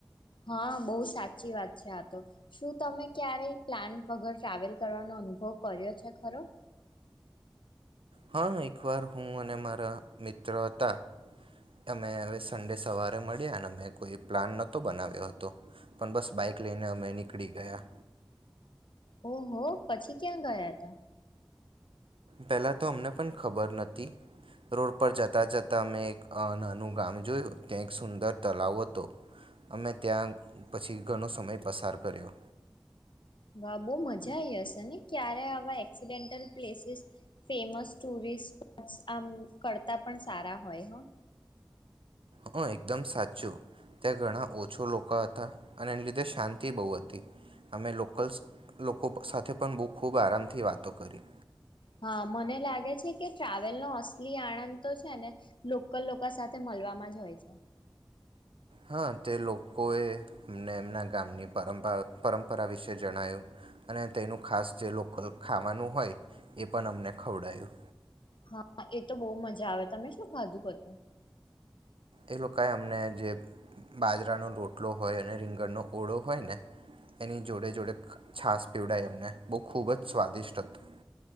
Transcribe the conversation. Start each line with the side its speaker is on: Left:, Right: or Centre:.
Left: હા, બહુ સાચી વાત છે આ તો. શું તમે ક્યારેય પ્લાન વગર ટ્રાવેલ કરવાનો અનુભવ કર્યો છે ખરો?
Right: હા, એકવાર હું અને મારા મિત્ર હતા. અમે હવે સડે સવારે મળ્યા ને, અં કોઈ પ્લાન નહોતો બનાવ્યો હતો, પણ બસ બાઈક લઈને અમે નીકળી ગયા.
Left: ઓહ, પછી ક્યાં ગયા હતા?
Right: પહેલાં તો અમને પણ ખબર નથી. રોડ પર જતા જતાં મેં એક નાનું ગામ જોયું, ત્યાં એક સુંદર તળાવ હતો. અમે ત્યાં પછી ઘણો સમય પસાર કર્યો.
Left: વાહ, બહુ મજા આવીઈ હશે ને! ક્યારે આવા accidental places famous tourist spot આમ કરતા પણ સારા હોય. હ.
Right: હં, એકદમ સાચું. ત્યાં ઘણા ઓછા લોકો હતા અને એના લીધે શાંતિ બહુ હતી. અમે લોકલ્સ લોકો સાથે પણ બહુ ખૂબ આરામથી વાતો કરી.
Left: હા, મને લાગે છે કે ટ્રાવેલનો અસલી આણંદ તો છે ને, લોકલ લોકો સાથે મળવામાં જ હોય છે.
Right: હા, તે લોકોએ અમને એમના ગામની પરંપરાગત પરંપરા વિશે જણાવ્યું, અને તેનું ખાસ જે લોકલ ખાવાનું હોય. એ પણ અમને ખવડાયું.
Left: હા, એ તો બહુ મજા આવે તમે શું ખાધું હતું?
Right: એ લોકોએ અમને જે બાજરાનો રોટલો હોય અને રીંગણનો ઓળો હોય ને, એની જોડે જોડે છાસ પીવડાવ્યું. એમને બહુ ખૂબ જ સ્વાદિષ્ટ હતું.